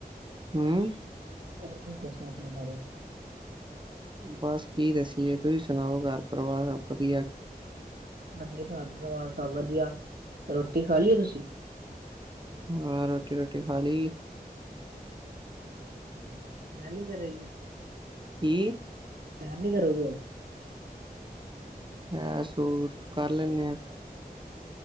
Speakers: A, on the right; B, on the right.
A: ਹਮ
B: ਹੋਰ ਕੁਛ ਦੱਸੋ ਆਪਣੇ ਬਾਰੇ
A: ਬਸ ਕੀ ਦੱਸੀਏ ਤੁਸੀਂ ਸੁਣਾਓ ਘਰ ਪਰਿਵਾਰ ਸਬ ਵਧੀਆ
B: ਸਾਡੇ ਘਰ ਪਰੀਵਾਰ ਸਭ ਵਧੀਆ ਰੋਟੀ ਖਾ ਲਈ ਤੁਸੀਂ
A: ਹਾਂ ਰੋਟੀ ਰੋਟੀ ਖਾ ਲਈ
B: ਹਮ ਸੈਰ ਨੀ ਕਰੇਗੀ
A: ਕੀ
B: ਸੈਰ ਨੀ ਕਰੋਗੇ ਹੁਣ
A: ਸੈਰ ਸੂੂਰ ਕਰ ਲੈਂਦੇ ਆਾਂ